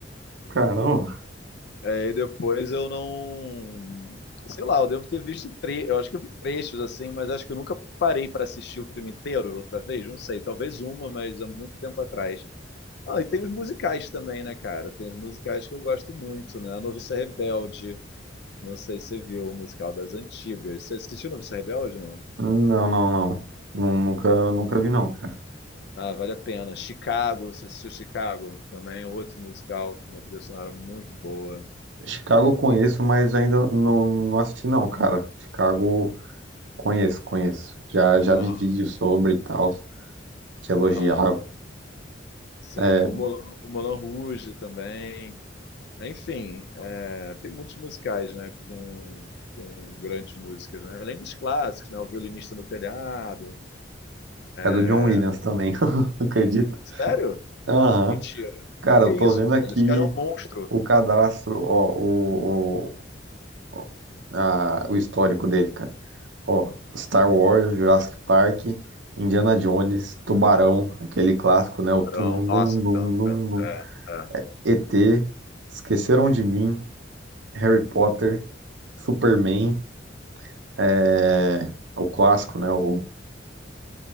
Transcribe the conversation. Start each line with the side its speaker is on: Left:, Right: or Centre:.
Right: Caramba.
Left: é, e depois eu não. Sei lá, eu devo ter visto tre... eu acho que eu vi trechos assim, mas acho que eu nunca parei para assistir o filme inteiro outra vez, não sei, talvez uma, mas há muito tempo atrás. Ah, e tem os musicais também, né, cara? Tem os musicais que eu gosto muito, né? A Noviça Rebelde. Não sei se você viu o musical das antigas. Você assistiu Noviça Rebelde, não?
Right: Não, não, não. Nu- Nunca, nunca vi, não, cara.
Left: Ah, vale a pena. Chicago, você assistiu Chicago? Também é outro musical com uma trilha sonora muito boa.
Right: Chicago eu conheço, mas ainda não, não assisti, não, cara. Chicago conheço, conheço. Já, já
Left: Aham,
Right: vi vídeos sobre e tal, que elogiavam.
Left: aham. Sim,
Right: É,
Left: o Moulin, o Moulin Rouge também. Enfim, é, tem muitos musicais, né, com, com grandes músicas, né? Além dos clássicos, né? O Violinista no Telhado.
Right: é do
Left: É,
Right: John Williams também, <laughs> acredito.
Left: Sério?
Right: Aham.
Left: Mentira.
Right: Cara,
Left: Que
Right: eu tô
Left: isso,
Right: vendo
Left: velho?
Right: aqui
Left: Esse cara é um monstro.
Right: o cadastro, ó, o, o, o- a- o histórico dele, cara. Ó, Star Wars, Jurassic Park, Indiana Jones, Tubarão, aquele clássico, né? O tum,
Left: Carão.
Right: dum,
Left: Nossa,
Right: dum,
Left: tanto.
Right: dum,
Left: É, é.
Right: ET, Esqueceram de Mim, Harry Potter, Superman, é... o clássico, né? O...